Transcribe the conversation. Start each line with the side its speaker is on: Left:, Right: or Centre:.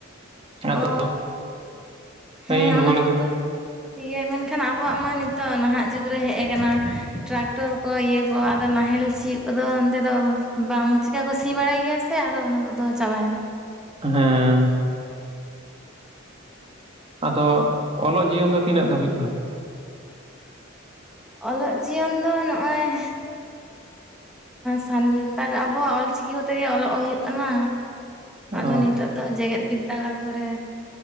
Right: ᱟᱫᱚ
Centre: ᱚ ᱦᱮᱸ
Right: ᱤᱧ ᱨᱩᱣᱟᱹᱲ
Centre: ᱚᱱᱟ ᱢᱟᱛᱚ
Right: ᱠᱟᱱᱟ
Centre: ᱴᱷᱤᱠ ᱜᱮᱭᱟ ᱢᱮᱱ ᱠᱷᱟᱱ ᱟᱵᱚᱣᱟᱜ ᱢᱟ ᱱᱤᱛᱚᱜ ᱱᱟᱦᱟᱜ ᱡᱩᱜᱽ ᱨᱮ ᱦᱮᱜ ᱟᱠᱟᱱᱟ᱾ ᱴᱨᱟᱠᱴᱚᱨ, ᱠᱚ ᱤᱭᱟᱹ ᱠᱚ ᱟᱫᱚ ᱱᱟᱦᱮᱞ ᱥᱤᱭᱳᱜ ᱠᱚ ᱫᱚ ᱚᱱᱛᱮ ᱫᱚ ᱵᱟᱝ ᱪᱮᱠᱟ ᱠᱚ ᱥᱤ ᱵᱟᱲᱟᱭ ᱜᱮᱭᱟ ᱥᱮ ᱟᱫᱚ ᱚᱱᱟ ᱠᱚ ᱫᱚ ᱪᱟᱵᱟ ᱭᱮᱱᱟ ᱾
Right: ᱦᱮᱸ ᱟᱫᱚ ᱚᱞᱚᱜ ᱡᱤᱭᱚᱱ ᱫᱚ ᱛᱤᱱᱟᱹᱜ ᱫᱷᱟᱹᱵᱤᱡ ᱫᱚ?
Centre: ᱚᱞᱚᱜ ᱡᱤᱭᱚᱱ ᱫᱚ ᱱᱚᱜᱼᱚᱭ ᱥᱟᱱᱛᱟᱲ ᱟᱵᱚᱣᱟᱜ ᱚᱞᱪᱤᱠᱤ ᱠᱚ ᱛᱮ ᱜᱮ ᱚᱞᱚᱜ ᱦᱩᱭᱩᱜ ᱠᱟᱱᱟ᱾ ᱟᱫᱚ
Right: ᱚ
Centre: ᱱᱤᱛᱚᱜ ᱫᱚ ᱡᱮᱜᱮᱫ ᱵᱤᱫᱫᱟᱹᱜᱟᱲ ᱠᱚᱨᱮ